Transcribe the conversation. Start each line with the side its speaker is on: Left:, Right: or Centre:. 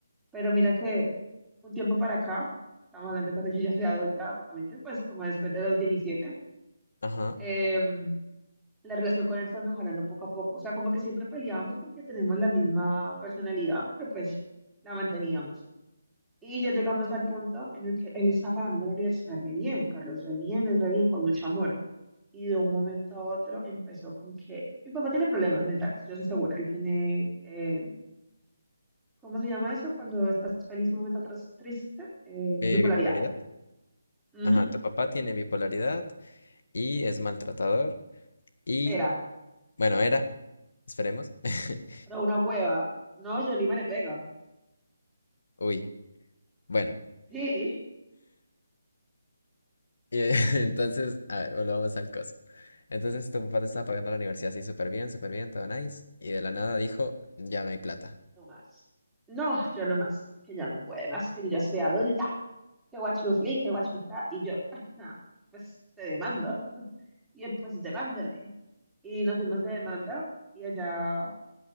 Centre: pero mira que un tiempo para acá, estamos hablando de cuando yo ya soy adulta, básicamente, pues como después de los diecisiete
Left: Ajá.
Centre: em, la relación con él fue mejorando poco a poco. O sea, como que siempre peleábamos porque tenemos la misma personalidad, pero pues la manteníamos. Y ya llegamos al punto en el que él está pagándome la universidad re bien, Carlos, re bien, es re bien, con mucho amor. Y de un momento a otro empezó con que mi papá tiene problemas mentales, yo estoy segura. Él tiene, eh, ¿cómo se llama eso? Cuando estás feliz y un momento a otro estás triste, eh,
Left: Eh,
Centre: bipolaridad.
Left: bipolaridad.
Centre: Ujú,
Left: Ajá, tu papá
Centre: Sí,
Left: tiene bipolaridad y es
Centre: sí.
Left: maltratador y,
Centre: Era,
Left: bueno, era, esperemos. <laughs>
Centre: era una hueva. No, Yolima le pega.
Left: Uy. Bueno,
Centre: Sí.
Left: y, eh, <laughs> entonces, a ver, volvamos al coso. Entonces tu papá te estaba pagando la universidad así súper bien, súper bien, todo nice. Y de la nada dijo, ya no hay plata.
Centre: No más. No, yo no más. Que ya no puede más, que yo ya soy adulta. Que guachufli, que guachufla. Y yo, <laughs> "Ajá, pues te demando. Y él, pues demándeme. Y nos fuimos de demanda. Y allá